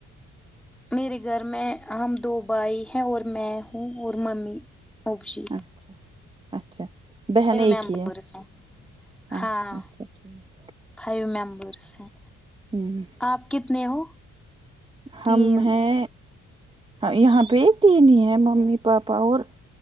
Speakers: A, in the centre; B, on the right.
A: میرے گھر میں ہم دو بھائی ہیں اور میں ہوں اور ممی اوپشی
B: اچھا اچھا بہن ایک
A: ممبرس
B: ہی ہے
A: ہیں
B: اچھا
A: ہاں
B: اچھا ٹھیک
A: فائیو ممبرس ہیں
B: ہوں
A: آپ کتنے ہو
B: ہم
A: تین
B: ہے یہاں پہ تین ہی ہے ممی پاپا اور